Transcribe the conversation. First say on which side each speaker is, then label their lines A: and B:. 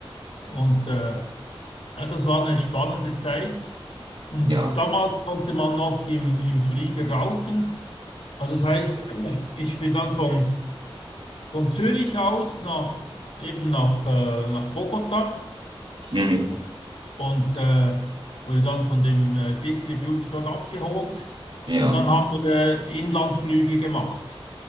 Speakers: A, on the left (about 90°); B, on the right (about 60°).
A: Und äh, ja, das war eine spannende Zeit. Und
B: ja.
A: damals konnte man noch im, im Flieger rauchen. Also das heißt, ich bin dann von, von Zürich aus nach, eben nach, äh, nach Bogota.
B: Mhm.
A: und äh, wurde dann von dem äh, Distributor dort abgeholt.
B: Ja.
A: Und dann haben wir äh, Inlandflüge gemacht.